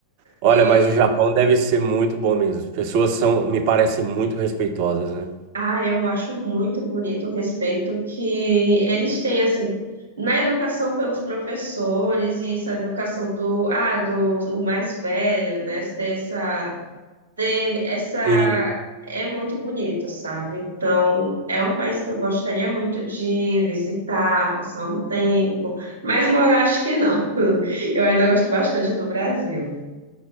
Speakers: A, on the right; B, on the right.
A: Olha,
B: E
A: mas o Japão deve ser muito bom mesmo. As pessoas são, me parecem muito respeitosas, né?
B: Ah, eu acho muito bonito o respeito que eles têm, assim, na educação pelos professores e essa educação do, ah, do o mais velho, né? Ter essa, ter essa,
A: Sim.
B: é muito bonito, sabe? Então, é um país que eu gostaria muito de visitar, passar um tempo, mas morar acho que não. <laughs> Eu ainda gosto bastante do Brasil.